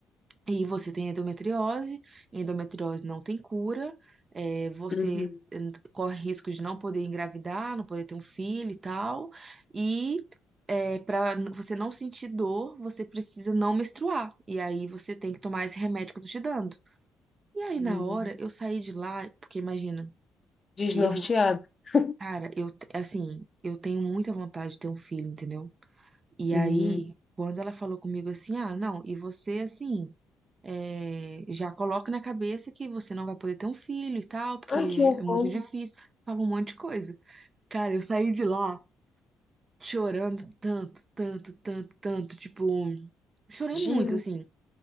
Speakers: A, on the right (about 35°); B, on the left (about 30°).
A: E você tem endometriose, endometriose não tem cura, eh, você
B: Uhum,
A: hum, corre risco de não poder engravidar, não poder ter um filho e tal. E para você não sentir dor, você precisa não menstruar. E aí você tem que tomar esse remédio que eu tô te dando. E aí
B: uhum.
A: na hora eu saí de lá, porque imagina,
B: Desnorteado.
A: eu,
B: <laughs>
A: cara, eu te- assim, eu tenho muita vontade de ter um filho, entendeu? E
B: Uhum.
A: aí, quando ela falou comigo assim, ah, não, e você assim eh, já coloca na cabeça que você não vai poder ter um filho e tal, porque
B: Ai, que horror.
A: é muito difícil. Fala um monte de coisa. Cara, eu saí de lá chorando tanto, tanto, tanto, tanto. Tipo, chorei
B: Imagino.
A: muito, assim.